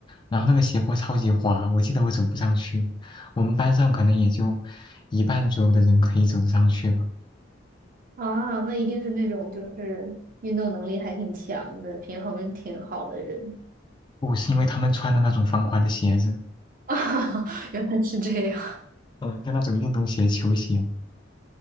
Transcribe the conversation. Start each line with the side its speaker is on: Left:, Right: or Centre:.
Left: 然后那个斜坡超级滑，我记得我走不上去。我们班上可能也就一半左右的人可以走得上去吧。
Right: 啊，那一定是那种就是运动能力还挺强的，平衡挺好的人。
Left: 不是因为他们穿的那种防滑的鞋子，
Right: <laughs> 啊，原来是这样，
Left: 嗯，就那种运动鞋、球鞋。